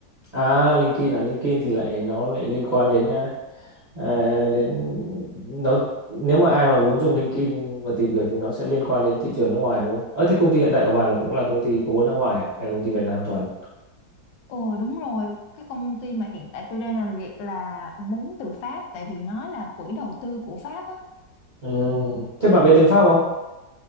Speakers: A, on the right; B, on the left.
A: à LinkedIn à LinkedIn thì lại nó lại liên quan đến à, À, đến nó nếu mà ai mà muốn dùng LinkedIn và tìm việc thì nó sẽ liên quan đến thị trường nước ngoài đúng không? Ờ thế công ty hiện tại của bà là cũng là công ty có vốn nước ngoài à hay là công ty Việt Nam thuần?
B: Ồ đúng rồi, cái công ty mà hiện tại tôi đang làm việc là vốn từ Pháp tại vì nó là quỹ đầu tư của Pháp á.
A: Ừ. Thế bà biết tiếng Pháp không?